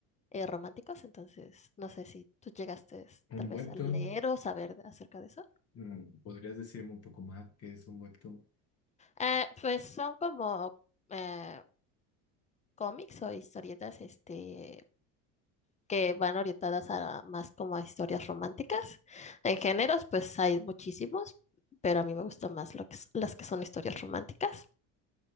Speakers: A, on the left; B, on the left.
A: eh, románticos, entonces no sé si tú llegaste tal
B: un
A: vez
B: webtoon.
A: a leer o saber de- acerca de eso.
B: Mm, ¿Podrías decirme un poco más qué es un webtoon?
A: Eh, pues son como eh, cómics o historietas este, que van orientadas a más como a historias románticas. En géneros, pues hay muchísimos, pero a mí me gustan más lo que, s- las que son historias románticas.